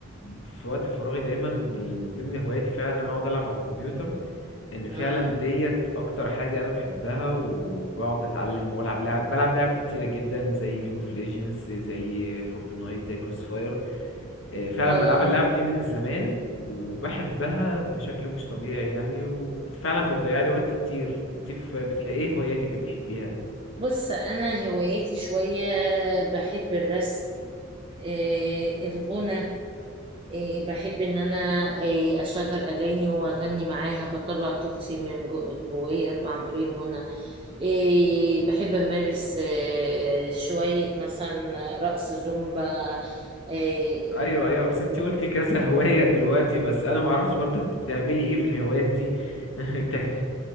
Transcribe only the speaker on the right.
اه
اه
بص انا هواياتي شوية بحب الرسم إيه الغنى إيه بحب ان انا إيه اشغل اغاني واغني معاها بطلع طاقتي من جو- جوايا عن طريق الغنى إيه بحب أمارس إيه شوية مثلا رقص زومبا إيه